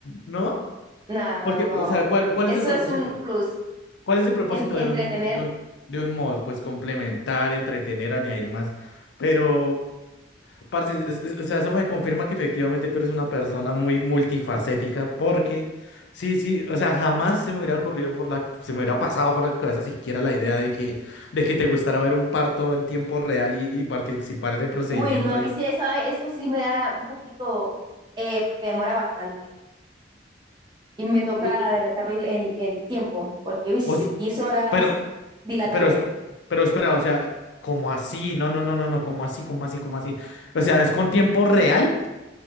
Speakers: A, on the left (about 70°); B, on the right (about 25°).
A: ¿no?
B: nada,
A: Porque,
B: no.
A: o sea, ¿cuál, cuál
B: Eso
A: es el propósito?
B: es un plus.
A: ¿Cuál es el propósito
B: En- entretener.
A: de un, mo- de un, de un mod? Pues complementar, entretener, añadir más. Pero Parce, es- es- o sea, eso me confirma que efectivamente tú eres una persona muy multifacética, porque sí, sí, o sea, jamás se me hubiera ocurrido por la, se me hubiera pasado por la cabeza siquiera la idea de que, de que te gustara ver un parto en tiempo real y, y participar en el procedimiento
B: Bueno, a mí
A: y,
B: sí, eso, eso sí me da un poquito, eh, porque demora bastante. Y me toca
A: u-
B: adelantar el, el- el tiempo, porque uy,
A: o s-
B: 10 horas
A: pero,
B: dilatando.
A: pero, esp- pero espera, o sea, ¿cómo así? No, no, no, no, no, ¿cómo así? ¿Cómo así? ¿Cómo así? O sea, ¿es con tiempo real?